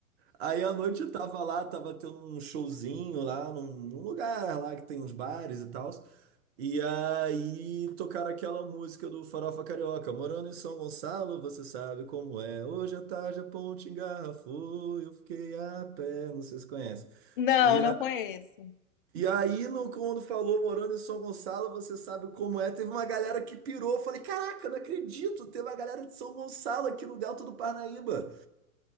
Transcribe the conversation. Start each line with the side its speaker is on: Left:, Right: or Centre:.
Right: Aí à noite eu tava lá, tava tendo um showzinho lá num, num lugar lá que tem uns bares e tal. E aí tocaram aquela música do Farofa Carioca, morando em São Gonçalo, você sabe como é. Hoje à tarde a ponte engarrafou, eu fiquei a pé, não sei se conhece.
Left: Não,
Right: E,
Left: não
Right: a-
Left: conheço.
Right: e aí, no, quando falou morando em São Gonçalo, você sabe como é, teve uma galera que pirou. eu Falei, caraca, não acredito, teve uma galera de São Gonçalo aqui no Delta do Parnaíba.